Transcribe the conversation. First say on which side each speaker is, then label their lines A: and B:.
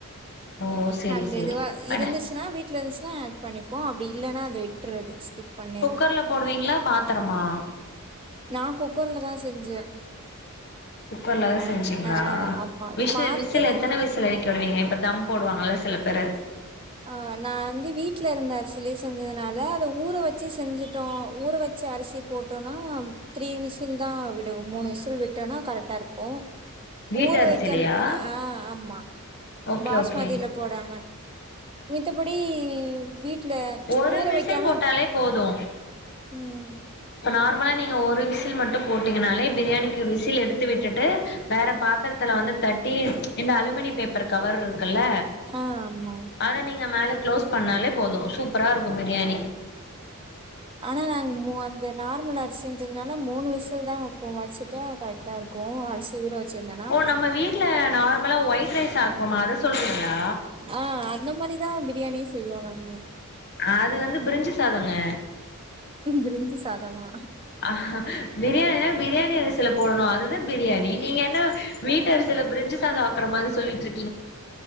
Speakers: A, on the left (about 50°); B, on the right (about 25°).
A: ஓ சேரி
B: அந்த
A: சேரி
B: இதுவா இருந்துச்சுனா
A: அட
B: வீட்ல இருந்துச்சுனா ஆட் பண்ணிப்போ அப்டி இல்லனா அது விட்டுறது ஸ்கிப் பண்ணிறது
A: குக்கர்ல போடுவீங்ளா பாத்தரமா
B: நா குக்கர்லதா செஞ்சே
A: குக்கர்லதா
B: ஆ
A: செஞ்சீங்ளா
B: ஆ ஆமா
A: விசில்
B: இ பாத்துறது
A: விசில் எத்தன விசில் விசில் அடிக்க விடுவீங்க இப்ப ஃதம் போடுவாங்கல சில பேரு
B: ஆ நா வந்து வீட்ல இருந்த அரிசிலே செஞ்சதுனால அத ஊற வச்சு செஞ்சுட்டோ ஊற வச்ச அரிசி போட்டோனா த்ரீ விசில்தா விடுவொ மூணு விசில் விட்டோனா கரெக்டா இருக்கு
A: வீட்டு
B: ஊற
A: அரிசிலயா
B: வெக்காம் ஆ ஆமா
A: ஓகே
B: பாஸ்மதியில
A: ஓகே
B: போடாம மித்தபடி வீட்ல
A: ஒரு
B: ஊற
A: விசில்
B: வெக்காம
A: போட்டாலே போது
B: ம்
A: இப்ப நார்மலா நீங்க ஒரு விசில் மட்டு போட்டீங்கனாலே பிரியாணிக்கு விசில் எடுத்து விட்டுட்டு வேற பாத்திரத்துல வந்து தட்டி ம்ச் இந்த அலுமினிய பேப்பர் கவர்ருக்குல்ல
B: ஆ ஆமா
A: அத நீங்க மேல க்ளோஸ் பண்ணாலே போது சூப்பரா இருக்கு பிரியாணி
B: ஆனா நாங்க மு அந்த நார்மல் அரிசின்றதுனால மூணு விசில் தா வப்போ வச்சுட்டா கரெக்டா இருக்கு அருஸ் சி ஊறவச்சிருந்தனா
A: ஓ நம்ம வீட்ல நார்மலா ஒயிட் ரைஸ் ஆக்குவோமா அத சொல்றீங்களா
B: ஆ அந்த மாரிதா பிரியாணியே செய்வோ நாங்க
A: அது வந்து பிரிஞ்சு சாதோங்க
B: பிரிஞ்சு சாதம்மா
A: ஆஹ பிரியாணினா பிரியாணி அரிசில போடணு அதுதா பிரியாணி நீங்க என்ன வீட்டரிசில பிரிஞ்சு சாதம் ஆக்குற மாரி சொல்லிட்ருக்